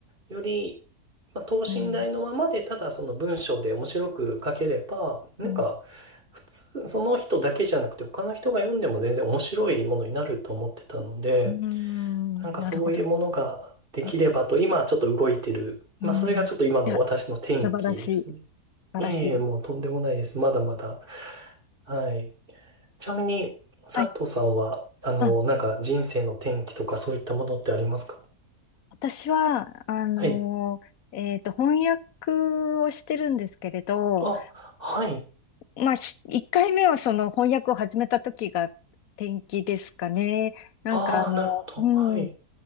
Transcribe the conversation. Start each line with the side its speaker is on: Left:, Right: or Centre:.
Right: より、まあ、等身大のままで、
Left: うん。
Right: ただその文章で面白く書ければ、なんか、
Left: うん。
Right: 普通、その人だけじゃなくて他の人が読んでも全然面白いものになると思ってたので、
Left: うん。
Right: なんかそういうものができればと、
Left: なるほど。うん。
Right: 今ちょっと動いてる。
Left: うんいや、
Right: まあそれがちょっと今の私の転機ですね。
Left: 素晴らしい。素晴らしい。
Right: ええ、もうとんでもないです。まだまだ。はい。ちなみに、佐藤さんは、
Left: はい。
Right: あの、
Left: あ、
Right: なんか人生の転機とかそういったものってありますか
Left: 私は、あのーえっと、
Right: はい。
Left: 翻訳をしてるんですけれど、
Right: あ、はい。
Left: まあ、ひ一回目はその翻訳を始めた時が転機ですかね。なんかあの、
Right: ああ、なるほど。
Left: うん。
Right: はい。